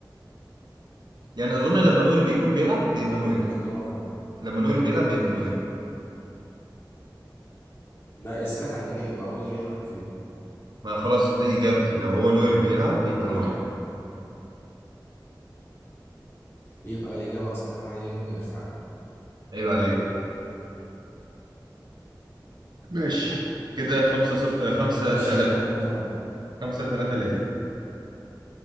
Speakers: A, on the right (about 65°); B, on the left (about 30°).
A: يعني اظن لما نوير بيكون بيلعب بيبقى
B: طب
A: نوير
B: يلا اختار واحده
A: لما نوير بيلعب بيبقى نوير
B: لا اسالك على الاجابه بقى قول لي اي واحده فيهم
A: ما خلاص دي اجابتي لو هو نوير بيلعب بيبقى
B: اختار
A: نوير
B: واحد يبقى الاجابه الصحيحه هي انه يرفع
A: عيب عليك ماشي كده خمسة صف... آه، خمسة
B: طب ماشي
A: تلاتة
B: كده احنا كام كام
A: خمسة تلاتة ليا